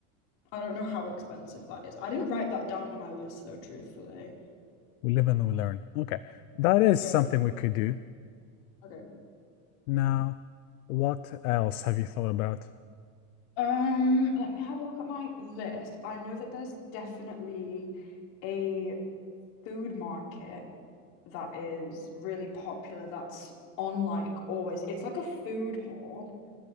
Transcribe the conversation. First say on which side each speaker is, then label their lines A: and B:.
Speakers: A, on the left; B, on the left.
A: I don't know how expensive that is. I didn't write that down on my list though, truthfully.
B: We live and we learn. Okay. That is
A: Yeah.
B: something we could do.
A: Okay.
B: Now, what else have you thought about?
A: Um, let me have a look at my list. I know that there's definitely a food market that is really popular that's on like always. It's like a food hall,